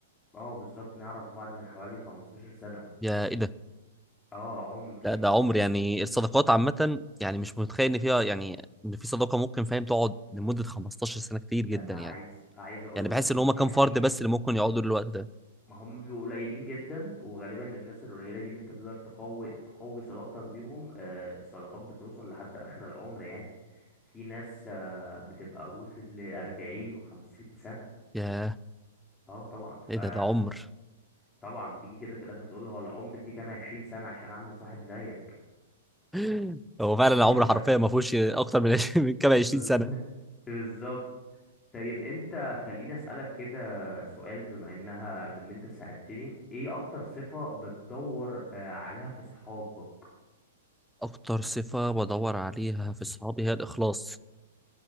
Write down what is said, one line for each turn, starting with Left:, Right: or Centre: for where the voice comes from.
Left: اه بالظبط نعرف بعض من حوالي 15 سنة
Centre: يا ايه ده
Left: اه عمر
Centre: لا ده عمر يعني الصداقات عامة يعني مش متخيل ان فيها يعني ان في صداقة ممكن فاهم تقعد لمدة 15 سنة كتير
Left: ده
Centre: جدا
Left: انا
Centre: يعني
Left: عايز عايز اقول
Centre: يعني بحس
Left: لك
Centre: ان
Left: ان
Centre: هما كام
Left: يعني
Centre: فرد بس اللي ممكن يقعدوا للوقت ده
Left: ما هم بيبقوا قليلين جدا وغالبا الناس القليلة دي اللي انت تقدر تقوي تقوي صداقتك بيهم آه، الصداقات بتوصل لحد آخر العمر يعني في ناس آه، بتبقى وصلت لأربعين وخمسين سنة
Centre: يا
Left: اه طبعا
Centre: ايه
Left: ف
Centre: ده ده عمر
Left: طبعا وتيجي كده في الآخر تقول له هو العمر فيه كام عشرين سنة عشان أعمل صاحب زيك
Centre: <laughs> هو فعلا العمر
Left: طب انت
Centre: حرفيا ما فيهوش اكتر من <laughs> 20 من كام 20
Left: بز-
Centre: سنة
Left: <laughs> بالظبط طيب انت خليني أسألك كده سؤال بما انها بان انت سألتني ايه اكتر صفة بتدور آه، عليها في صحابك
Centre: اكتر صفة بدور عليها في صحابي هي الاخلاص